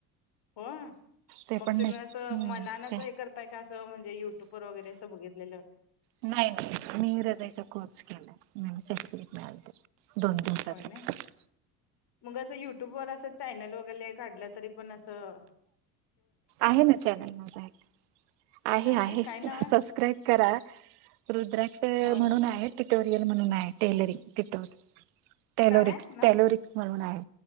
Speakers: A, on the left; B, on the right.
A: होय.
B: ते
A: मग
B: पण
A: तुम्ही
B: नाही
A: असं
B: हम्म
A: मनानच
B: ते
A: हे कर- - ता का? अस म्हणजे युट्यूब वगैरे असं बघितलेलं.
B: नाही. नाही. मी <unintelligible> कोर्स केलाय. हं. सर्टिफिकेट मिळालतं. दोन दिवसात
A: होय
B: फक्त.
A: नाही मग असं युट्यूब वर असं चॅनल वगैले काढलं तरी पण असं --
B: आहे ना चॅनल <unintelligible> आहे.
A: हाय
B: आहे.
A: काय काय नाव आहे
B: सबस्क्राईब करा. रुद्राक्ष
A: होय
B: म्हणून आहे. ट्युटोरियल म्हणून आहे. Tailoring tutor. टेलोरिक्स,
A: काय आहे नाव
B: टेलोरिक्स म्हणून आहे.